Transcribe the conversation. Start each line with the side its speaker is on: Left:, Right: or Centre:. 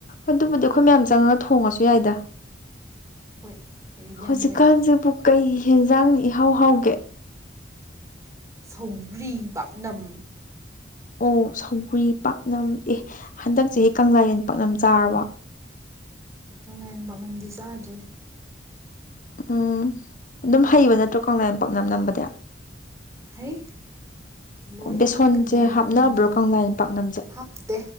Left: ꯑꯗꯨꯕꯨꯗꯤ ꯑꯩꯈꯣꯏ ꯃꯌꯥꯝ ꯆꯪꯉꯒ ꯊꯣꯡꯉꯁꯨ ꯌꯥꯏꯗ
Right: ꯍꯣꯏ ꯍꯩꯕ
Left: ꯍꯧꯖꯤꯛꯀꯥꯟꯁꯤꯕꯨ
Right: ꯌꯥꯝ ꯂꯩꯕꯅꯤ
Left: ꯀꯩ ꯍꯦꯟꯖꯥꯡꯅ ꯏꯍꯥꯎ ꯍꯥꯎꯒꯦ
Right: ꯁꯧꯒ꯭ꯔꯤ ꯄꯥꯛꯅꯝ
Left: ꯑꯣ ꯁꯧꯒ꯭ꯔꯤ ꯄꯥꯛꯅꯝ ꯑꯦ ꯍꯟꯗꯛꯁꯦ ꯆꯍꯤ ꯀꯪꯂꯥꯌꯦꯟ ꯄꯥꯛꯅꯝ ꯆꯥꯔꯕꯣ
Right: ꯀꯪꯂꯥꯌꯦꯟ ꯄꯥꯛꯅꯝꯗꯤ ꯆꯥꯗ꯭ꯔꯤ
Left: ꯎꯝ ꯑꯗꯨꯝ ꯍꯩꯕ ꯅꯠꯇ꯭ꯔꯣ ꯀꯪꯂꯥꯌꯦꯟ ꯄꯥꯛꯅꯝ ꯅꯝꯕꯗꯤ
Right: ꯍꯩ ꯂꯣꯏ
Left: ꯕꯦꯁꯣꯟꯁꯦ
Right: ꯍꯩ ꯀꯪꯂꯥꯌꯦꯟ
Left: ꯍꯥꯞꯅꯕ꯭ꯔꯣ
Right: ꯄꯥꯛꯅꯝꯁꯨ
Left: ꯀꯪꯂꯥꯌꯦꯟ ꯄꯥꯛꯅꯝꯁꯦ
Right: ꯍꯥꯞꯇꯦ